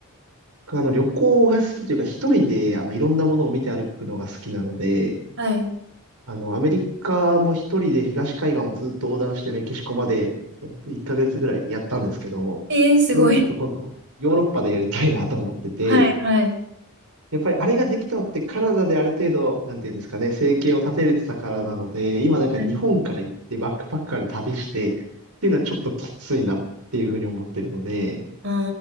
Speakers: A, on the right; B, on the right.
A: 僕あの、旅行が好きというか、一人で、あの、いろんなものを見て歩くのが好きなので、
B: はい。
A: あの、アメリカも一人で東海岸をずっと横断してメキシコまで、えっと、1ヶ月ぐらいやったんですけど、
B: えー、すごい。
A: それをちょっと今度、ヨーロッパでやりたいなと思ってて、
B: はい、はい。
A: やっぱりあれができたのってカナダである程度、なんていうんですかね、生計を立てれてたからなので、今なんか日本から行ってバックパッカーで旅してっていうのはちょっときついなっていうふうに思ってるので、
B: はい。うー